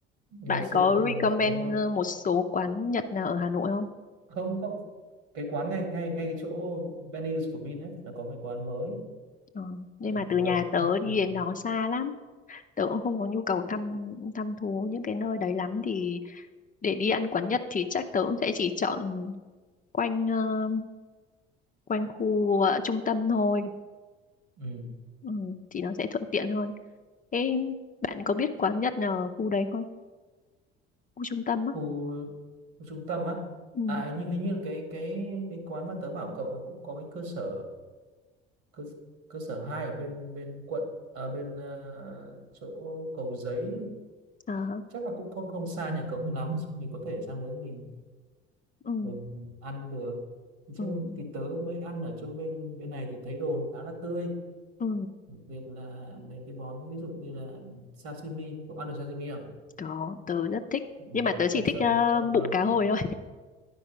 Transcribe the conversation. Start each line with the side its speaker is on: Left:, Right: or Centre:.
Right: ngày
Left: Bạn
Right: xưa
Left: có
Right: cậu đi ăn
Left: recommend
Right: đồ Nhật đúng không
Left: ờ, một số quán Nhật nào ở Hà Nội không?
Right: không không cái quán ngay ngay ngay cái chỗ venues của Vin ấy nó có một cái quán mới
Left: Ờ, nhưng
Right: đấy,
Left: mà từ
Right: mới
Left: nhà tớ
Right: mới,
Left: đi
Right: mới.
Left: đến đó xa lắm. Tớ cũng không có nhu cầu thăm thăm thú những cái nơi đấy lắm thì để đi ăn quán Nhật thì chắc tớ cũng sẽ chỉ chọn quanh ờ, quanh khu ờ, trung tâm thôi.
Right: Ừ.
Left: Ừ, thì nó sẽ thuận tiện hơn. Ê, bạn có biết quán Nhật nào ở khu đấy không? Khu trung tâm á?
Right: Khu, khu trung tâm á
Left: Ừ.
Right: à hình như hình như cái cái cái quán mà tớ bảo cậu nó cũng có cái cơ sở cơ cơ sở hai ở bên bên quận à, bên ờ, chỗ Cầu Giấy
Left: À,
Right: chắc là cũng không không xa nhà cậu lắm mình có thể sang đấy mình
Left: ừ.
Right: mình ăn được chứ
Left: Ừ.
Right: thì tớ mới ăn ở chỗ bên bên này thì thấy đồ nó khá là tươi
Left: Ừ.
Right: đặc biệt là mấy cái món ví dụ như là sashimi cậu ăn được sashimi không
Left: Có, tớ rất thích. Nhưng
Right: ừ,
Left: mà tớ chỉ
Right: là
Left: thích
Right: giống
Left: ờ,
Right: rất ngon
Left: bụng cá hồi thôi.